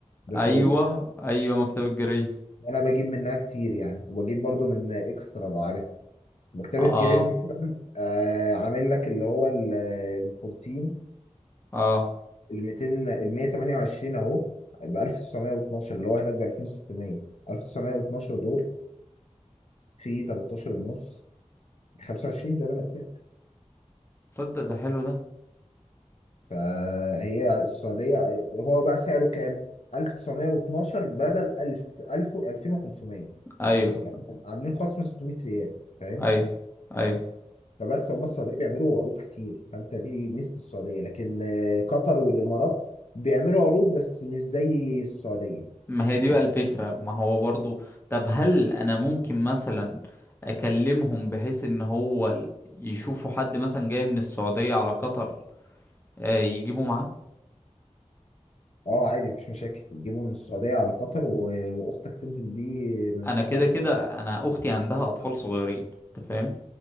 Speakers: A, on the left; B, on the left.
A: ده
B: ايوه
A: سعودي
B: ايوه مكتب الجرير
A: وانا بجيب منها كتير يعني وبجيب برضو من اكسترا لو عارف مكتبة
B: اه
A: جرير مثلا آه عامل لك اللي هو ال أربعتاشر،
B: اه
A: ال 14 ال 200 ال 128 اهو ب 1912 اللي هو هناك ب 2600 1912 دول في 13 ونص 25 زي ما انا قلت لك
B: تصدق ده حلو ده
A: فهي السعوديه هو بقى سعره كام 1912 بدل 1000 1000 2500
B: ايوه
A: يعني عاملين خصم 600 ريال فاهم
B: ايوه ايوه
A: فبس هم السعوديه بيعملوا عروض كتير فانت دي ميزه السعوديه لكن آه، قطر والامارات بيعملوا عروض بس مش زي السعوديه
B: ما هي دي
A: فاهم
B: بقى الفكرة ما هو برضو طب هل انا ممكن مثلا اكلمهم بحيث ان هو ال- يشوفوا حد مثلا جاي من السعودية على قطر آه، يجيبوا معاه
A: اه عادي مفيش مشاكل يجيبوا من السعوديه على قطر و- واختك تنزل بيه من
B: انا
A: قطر
B: كده كده انا اختي عندها
A: <laughs>
B: اطفال صغيرين انت فاهم